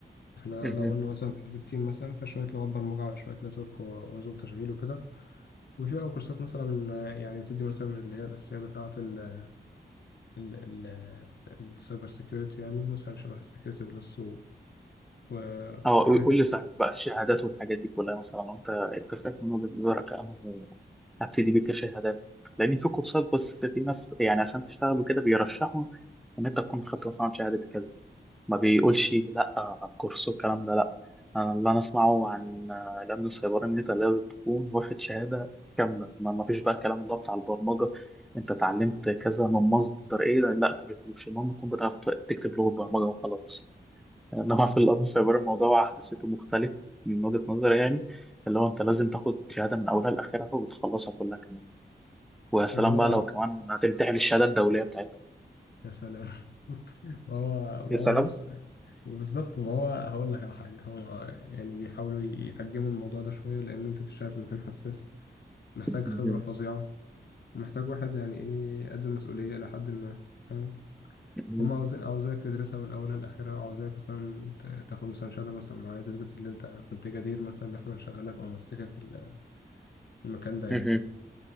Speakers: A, on the left (about 60°); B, in the centre.
A: إحنا
B: مهم.
A: لو قلنا مثلا تدريب تيم مثلا فشوية لغات برمجة على شوية نتورك و- ونظم تشغيل وكده وفي بقى كورسات مثلا آه، يعني بتدي مثلا اللي هي الأساسية بتاعة ال ال ال السايبر سيكيورتي يعني مثلا شبه سيكيورتي بلس و- و-
B: اه
A: وحاجات
B: قول قول لي صحيح بقى الشهادات والحاجات دي كلها مثلا انت انت شايف من وجهة نظرك انه ابتدي بيه كشهادات لان في كورسات بس في ناس يعني عشان تشتغل وكده بيرشحوا ان انت تكون خدت مثلا شهاده كده ما بيقولش لا كورس والكلام ده لا انا اللي انا اسمعه عن آه، الامن السيبراني ان انت لازم تكون واخد شهاده كامله ما ما فيش بقى الكلام اللي هو بتاع البرمجه انت اتعلمت كذا من مصدر ايه لا ده مش مش المهم تكون بتعرف تكتب لغه برمجه وخلاص انما في الامن سايبر الموضوع حسيته مختلف من وجهة نظري يعني اللي هو انت لازم تاخد شهاده من اولها لاخرها وتخلصها كلها كمان ويا سلام
A: اللي هو
B: بقى لو كمان هتمتحن الشهاده الدوليه بتاعتها
A: يا سلام <laughs> وهو
B: يا
A: وهو
B: سلام
A: بص وبالظبط ما هو هقول لك على حاجة هو يعني بيحاولوا يحجموا الموضوع ده شوية لأن أنت بتشتغل في مكان حساس محتاج
B: مهم.
A: خبرة فظيعة ومحتاج واحد يعني إيه يقدم مسؤولية إلى حد ما فاهم
B: مهم.
A: فهم عاوزين عاوزاك تدرسها من أولها لآخرها وعاوزاك مثلا ت- تاخد مثلا شهادة مثلا معينة تثبت إن أنت كنت جدير مثلا إن إحنا نشغلك أو نمسكك ال- المكان ده يعني
B: مهم.